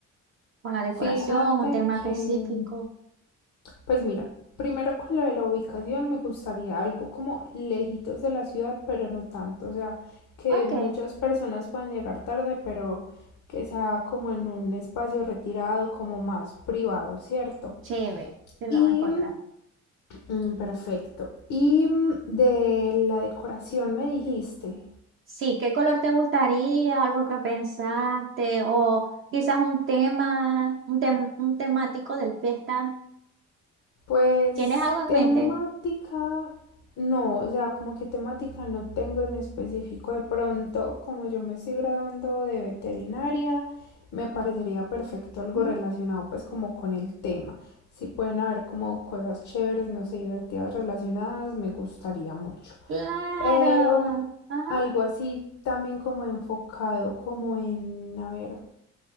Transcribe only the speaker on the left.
Fíjate
que,
pues mira, primero con lo de la ubicación me gustaría algo como lejitos de la ciudad, pero no tanto, o sea, que
muchas personas puedan llegar tarde, pero que sea como en un espacio retirado, como más privado, ¿cierto?
Y
Mm, perfecto. Y mm, de la decoración me dijiste,
pues
temática,
no, o sea, como que temática no tengo en específico. De pronto, como yo me estoy graduando de veterinaria, me parecería perfecto algo
relacionado pues como con el tema. Si pueden haber como cosas chéveres, no sé, divertidas relacionadas, me gustaría mucho.
Pero
algo así también como enfocado como en, a ver.